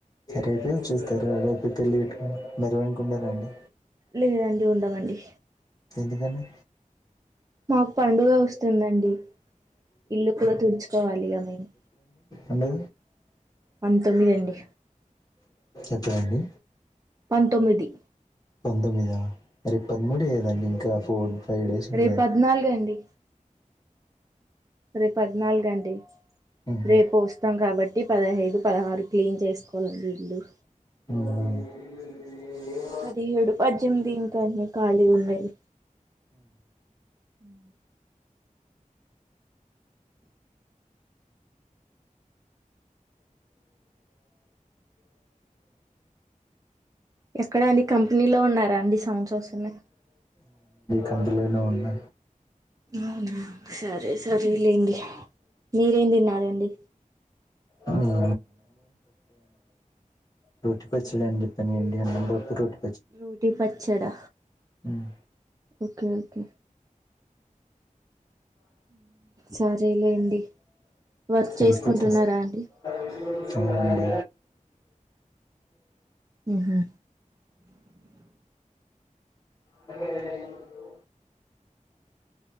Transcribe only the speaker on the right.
లేదండి ఉండమండి
మాక్ పండుగ వస్తుందండి ఇల్లు కూడా తుడుచుకోవాలిగా మేము
పంతొమ్మిది అండి
పంతొమ్మిది.
రేపద్నాలుగండి
రేపద్నాలుగండి.
రేపు వస్తాం కాబట్టి పదహైదు పదహారు క్లీన్ చేసుకోవాలండి ఇల్లు.
పదిహేడు పజ్జెంమ్ది ఇంకెన్ని ఖాళీ ఉన్నాయి మ్మ్ ఎక్కడ అండి కంపినీలో ఉన్నారాండి సౌండ్స్ వస్సున్నాయ్
అవునా సరే సరే లేండి మీరేం తిన్నారండి.
రోటి పచ్చడా
ఓకే. సరేలేండి వర్క్ చేసుకుంటున్నారా
అండి
ఉహు.